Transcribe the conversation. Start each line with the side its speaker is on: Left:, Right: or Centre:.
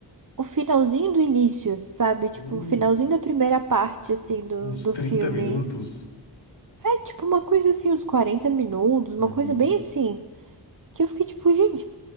Right: o finalzinho do início, sabe? Tipo,
Left: Hum,
Right: o finalzinho da primeira parte, assim, do,
Left: uns
Right: do
Left: 30
Right: filme.
Left: minutos.
Right: É tipo uma coisa assim, uns 40 minutos,
Left: Uhum.
Right: uma coisa bem assim. Que eu fiquei tipo, gente,